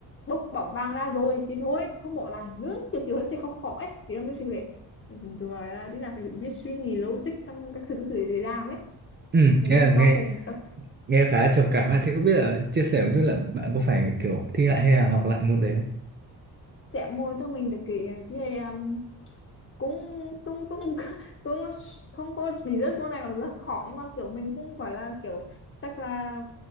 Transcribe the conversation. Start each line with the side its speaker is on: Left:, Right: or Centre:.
Left: bốc bóng vàng ra rồi thì thôi không bỏ lại nữa kiểu kiểu nó sẽ khó khó ấy thì nó mới sẽ phải rồi là thế nào phải biết suy nghĩ logic xong các thứ các thứ để làm ấy
Right: ừ
Left: mà
Right: nghe
Left: chung
Right: là nghe
Left: tao cùng tao
Right: nghe khá là trầm cảm ha thế không biết là chia sẻ một chút là bạn có phải kiểu thi lại hay là học lại môn đấy không
Left: chạm môi cho mình được cái cái um, cũng cũng cũng <laughs> cũng không có lý rất câu này mà dù rất khó nhưng mà kiểu mình cũng gọi là kiểu chắc là